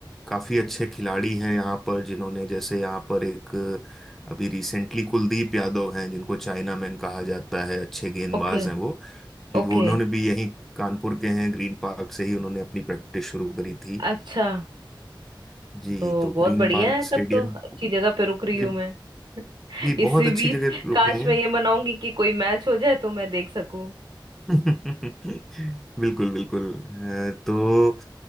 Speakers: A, in the centre; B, on the right.
A: काफ़ी अच्छे खिलाड़ी हैं यहाँ पर जिन्होंने जैसे यहाँ पर एक अभी रिसेंटली कुलदीप यादव हैं जिनको चाइना मैन कहा जाता है अच्छे गेंदबाज
B: Okay
A: हैं वो
B: Okay
A: वो उन्होंने भी यहीं कानपुर के हैं ग्रीन पार्क से ही उन्होंने अपनी प्रैक्टिस शुरू करी थी
B: अच्छा
A: जी
B: तो
A: तो
B: बहुत
A: ग्रीन
B: बढ़िया
A: पार्क
B: है
A: स्टेडियम
B: तब तो अच्छी जगह पे रुक रही
A: जी
B: हूँ मैं
A: जी
B: <laughs>
A: बहुत
B: इसी
A: अच्छी
B: बीच
A: जगह रुक
B: काश
A: रही हैं
B: मैं ये मनाऊंगी कि कोई मैच हो जाए तो मैं देख सकूं
A: <laughs> बिल्कुल बिल्कुल अ, तो